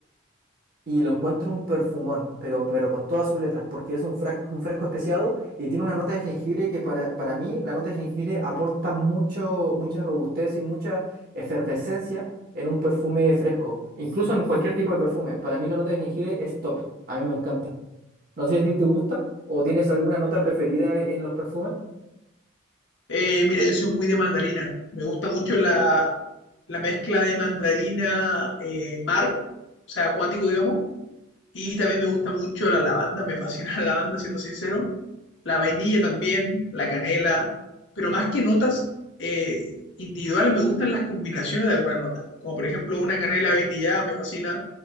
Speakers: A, on the right; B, on the left.
A: y lo encuentro un perfumón, pero, pero con todas sus letras, porque es un, frasco- un fresco especiado y tiene una nota de jengibre que para, para mí la nota de jengibre aporta mucho, mucha robustez y mucha efervescencia en un perfume fresco, incluso en cualquier tipo de perfume. Para mí la nota de jengibre es top, a mí me encanta. No sé si a ti te gusta o tienes alguna nota preferida en los perfumes.
B: Eh, mira, yo soy muy de mandarina. Me gusta mucho la, la mezcla de mandarina eh, mar, o sea, acuático, digamos, Y también me gusta mucho la lavanda, me fascina <laughs> la lavanda, siendo sincero. La vainilla también, la canela, pero más que notas eh, individuales, me gustan las combinaciones de algunas notas. Como por ejemplo una canela vainillada me fascina,